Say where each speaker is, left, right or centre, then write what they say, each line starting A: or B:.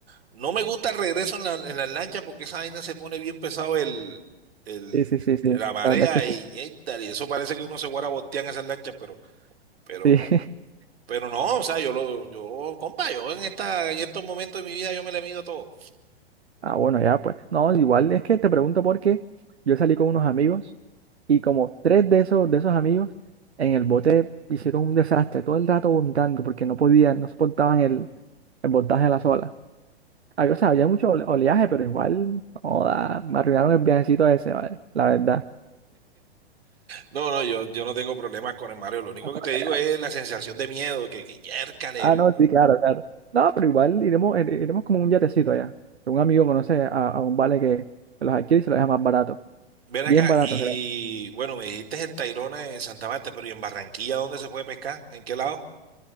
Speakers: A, on the right; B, on the right.
A: no me gusta el regreso en la, en las lanchas porque esa vaina se pone bien pesado el, el,
B: Sí, sí, sí, sí,
A: la marea
B: la verdad es que sí.
A: y, y tal, y eso parece que uno se guarda voltear en esas lanchas, pero, pero,
B: Sí. <laughs>
A: pero no, o sea, yo lo, yo, compa, yo en esta, en estos momentos de mi vida yo me le mido a todo.
B: Ah, bueno, ya pues. No, igual es que te pregunto porque yo salí con unos amigos y como tres de esos, de esos amigos en el bote hicieron un desastre, todo el rato vomitando porque no podían, no soportaban el, el voltaje de la sola. Había- O sea, había mucho ole- oleaje, pero igual, joda, me arruinaron el viajecito ese, ¿vale? La verdad.
A: No, no, yo, yo no tengo problemas con el Mario, lo único
B: Ahora
A: que te digo
B: ya.
A: es
B: <laughs>
A: la sensación de miedo, que, que yércale.
B: Ah, no, sí, claro, claro. No, pero igual iremos, ire- iremos como un yatecito allá. Que Un amigo conoce a, a un vale que los adquiere y se los deja más barato.
A: Ven
B: Bien
A: acá
B: barato,
A: y
B: creo.
A: bueno, me dijiste el Tayrona en Santa Marta, pero ¿y en Barranquilla dónde se puede pescar? ¿En qué lado?